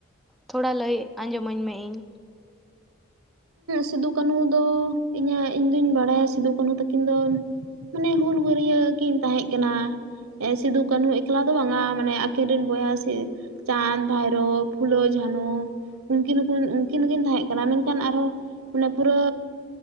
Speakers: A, in the centre; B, on the right.
A: ᱛᱷᱚᱲᱟ ᱞᱟᱹᱭ ᱟᱸᱡᱚᱢᱟᱹᱧ ᱢᱮ ᱤᱧ
B: ᱥᱤᱫᱩ- ᱠᱟᱹᱱᱩ ᱫᱚ ᱤᱧᱟᱹᱜ ᱤᱧᱫᱩᱧ ᱵᱟᱲᱟᱭᱟ ᱥᱤᱫᱩᱼ ᱠᱟᱹᱱᱩ ᱛᱟᱹᱠᱤᱱ ᱫᱚ ᱢᱟᱱᱮ ᱦᱩᱞᱜᱟᱹᱨᱭᱟᱹ ᱠᱤᱱ ᱛᱟᱦᱮᱸᱜ ᱠᱟᱱᱟ ᱥᱤᱫᱩ ᱠᱟᱱᱩ ᱮᱠᱞᱟ ᱫᱚ ᱵᱟᱝᱟ ᱢᱟᱱᱮ ᱟᱹᱠᱤᱱ ᱨᱮᱱ ᱵᱚᱭᱦᱟ ᱥᱤ ᱪᱟᱸᱫᱽ ᱵᱷᱟᱭᱨᱳ ᱯᱷᱩᱞᱳ ᱡᱷᱟᱱᱳ ᱩᱱᱠᱤᱱ ᱦᱚᱸ ᱩᱱᱠᱤᱱ ᱦᱚᱸᱠᱤᱱ ᱛᱟᱦᱮᱸ ᱠᱟᱱᱟ ᱢᱮᱱᱠᱷᱟᱱ ᱢᱮᱱ ᱠᱷᱟᱱ ᱟᱨᱦᱚᱸ ᱢᱟᱱᱮ ᱯᱩᱨᱟᱹ